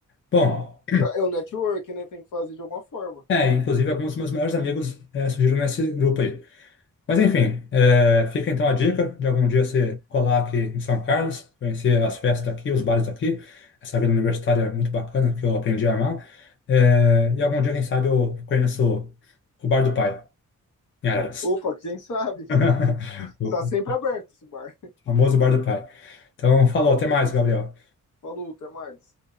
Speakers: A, on the left (about 35°); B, on the left (about 65°).
A: Bom.
B: É o network, né? Tem que fazer de alguma forma.
A: É, inclusive alguns dos meus melhores amigos é, surgiram nesse grupo aí. Mas enfim, é, fica então a dica de algum dia você colar aqui em São Carlos, conhecer as festas daqui, os bares daqui, essa vida universitária é muito bacana que eu aprendi a amar. É, e algum dia, quem sabe, eu conheço o Bar do Pai, em Araras.
B: Opa, quem sabe?
A: <laughs> O
B: Tá sempre aberto esse bar.
A: famoso Bar do Pai. Então, falou, até mais, Gabriel.
B: Falou, até mais.